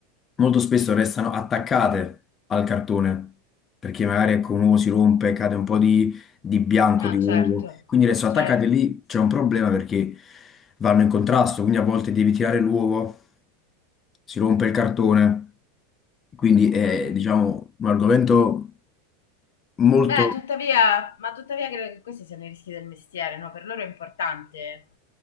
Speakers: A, on the left; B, on the left.
A: molto spesso restano attaccate al cartone perché magari ecco, un uovo si rompe, cade un po' di, di bianco
B: Ah,
A: di uovo,
B: certo,
A: quindi restano
B: certo.
A: attaccate lì c'è un problema perché vanno in contrasto, quindi a volte devi tirare l'uovo si rompe il cartone, quindi è,
B: Mm.
A: diciamo, un argomento molto...
B: Beh, tuttavia, ma tuttavia credo che questi siano i rischi del mestiere, no? Per loro è importante